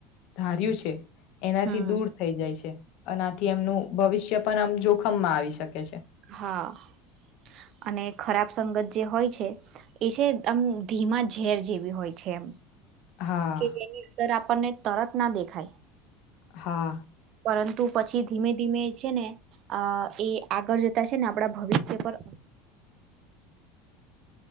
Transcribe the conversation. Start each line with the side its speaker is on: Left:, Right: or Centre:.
Left: ધાર્યું છે, એનાથી
Right: હમ
Left: દૂર થઈ જાય છે. અનાથી એમનું ભવિષ્ય પણ આમ જોખમમાં આવી શકે છે.
Right: હા. અને ખરાબ સંગત જે હોય છે, એ છે એકદમ ધીમા ઝેર જેવી હોય છે. હમ્મ.
Left: હા
Right: કે એની અંદર આપણને તરત ના દેખાય.
Left: હા.
Right: પરંતુ પછી ધીમે ધીમે એ છે ને, અ એ આગળ જતા છે ને આપણા ભવિષ્ય પર
Left: <inaudible>